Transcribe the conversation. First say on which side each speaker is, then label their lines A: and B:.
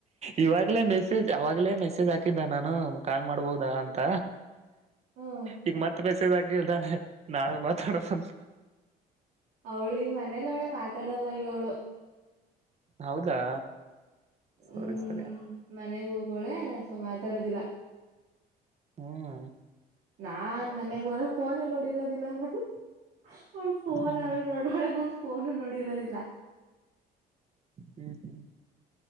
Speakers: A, on the right; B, on the right.
A: ಇವಾಗ್ಲೇ ಮೆಸೇಜ್ ಅವಾಗ್ಲೇ ಮೆಸೇಜ್ ಹಾಕಿದ್ದ ನಾನು ಕಾಲ್ ಮಾಡ್ಬೋುದ ಅಂತ
B: ಹ್ಮ್
A: ಈಗ ಮತ್ತತ್ ಮೆಸೇಜ್ ಆಗಿಲ್ದಾಳೆ ನಾಳೆ ಮಾತಾಡ ಬಂತ
B: ಅವ್ಳು ಈಗ ಮನೇಲ್ಲ ಅವಳೆ ಮಾತಾಡಲ್ಲ ಈಗ ಅವ್ಳು
A: ಹೌದಾ ಸರಿ
B: ಹ್ಮ್
A: ಸರಿ
B: ಮನೆಗ್ ಹೋಗೋಳೆ ಸೊ ಮಾತಾಡೋದಿಲ್ಲ
A: ಹ್ಮ್
B: ನಾನ್ ನನೆಗ್ೋರ ಫೋನ ನೋಡಿರೋದಿಲ್ಲ ನು ಅವಳ ಫೋನ್
A: ಹ್ಮ್
B: ಅವರು ನೋಡೋಳ ನಮ ಫೋನು ನೋಡಿರೋದಿಲ್ಲ
A: ಹ್ಮ್ ಹ್ಮ್